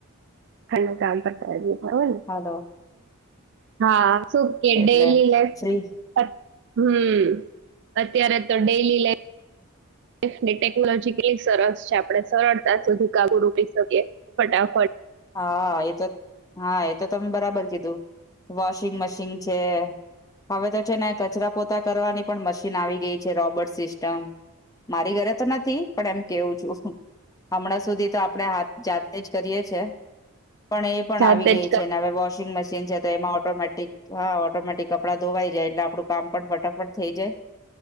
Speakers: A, on the right; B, on the left.
A: ખંડ કામ પતાવી દેતા હોય ને
B: હલો
A: હા શું કે ડેઇલી
B: એટલે
A: લાઇફ
B: ફ્રી
A: હમ અત્યારે તો ડેલી લાઈફ ટેકનોલોજી કેટલી સરસ છે આપણે સરળતા સુધી કાબુ રૂકી શકીએ ફટાફટ
B: હા એ તો હા. તો તમે બરાબર કીધું વોશિંગ મશીન છે હવે તો છે ને કચરા પોતા કરવાની પણ મશીન આવી ગઈ છે રોબોટ સિસ્ટમ મારી ઘરે તો નથી. પણ એમ કેવું છું હું. હમણાં સુધી તો આપડે હાથ જાતે જ કરીએ છીએ. પણ એ પણ
A: જાતે
B: આવી ગઈ
A: જ
B: છે
A: કામ
B: ને હવે વોશિંગ મશીન <unintelligible> તો એમાં ઓટોમેટિક હા ઑટોમેટિક કપડા ધોવાઈ જાય. એટલે આપડું કામ પણ ફટાફટ થઈ જાય